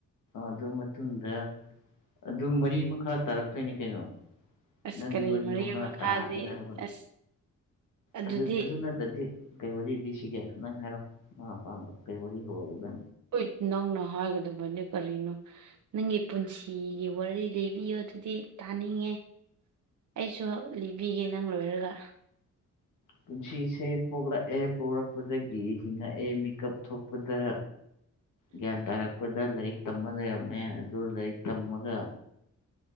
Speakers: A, on the left; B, on the right.
A: ꯑꯗꯨ ꯃꯇꯨꯡꯗ ꯑꯗꯨ ꯃꯔꯤ ꯃꯈꯥ ꯇꯥꯔꯛꯇꯣꯏꯅꯤ ꯀꯩꯅꯣ
B: ꯑꯁ
A: ꯅꯪꯗꯤ
B: ꯀꯔꯤ
A: ꯋꯥꯔꯤ
B: ꯃꯔꯤ
A: ꯃꯈꯥ
B: ꯃꯈꯥꯗꯤ
A: ꯇꯥꯗꯅꯕ
B: ꯑꯁ ꯑꯗꯨꯗꯤ
A: ꯑꯗꯨ ꯑꯗꯨꯗꯗꯤ ꯀꯩ ꯋꯥꯔꯤꯗꯤ ꯁꯤꯒꯦ ꯅꯪ ꯍꯥꯏꯔꯣ ꯃꯥ ꯑꯄꯥꯝꯕ ꯀꯩ ꯋꯥꯔꯤ ꯍꯧꯔꯛꯎꯒ
B: ꯍꯣꯏ ꯅꯪꯅ ꯍꯥꯏꯒꯗꯕꯅꯤ ꯀꯔꯤꯅꯣ ꯅꯪꯒꯤ ꯄꯨꯟꯁꯤꯒꯤ ꯋꯥꯔꯤ ꯂꯤꯕꯤꯌꯣ ꯑꯗꯨꯗꯤ ꯇꯥꯅꯤꯡꯉꯦ ꯑꯩꯁꯨ ꯂꯤꯕꯤꯒꯦ ꯅꯪ ꯂꯣꯏꯔꯒ
A: ꯄꯨꯟꯁꯤꯁꯦ ꯄꯣꯛꯂꯛꯑꯦ ꯄꯣꯛꯔꯛꯄꯗꯒꯤ ꯍꯤꯡꯉꯛꯑꯦ ꯃꯦꯀꯞ ꯊꯣꯛꯄꯗ ꯒ꯭ꯌꯥꯟ ꯇꯥꯔꯛꯄꯗ ꯂꯥꯏꯔꯤꯛ ꯇꯝꯃ ꯂꯩꯔꯝꯃꯦ ꯑꯗꯨ ꯂꯥꯏꯔꯤꯛ ꯇꯝꯃꯒ꯫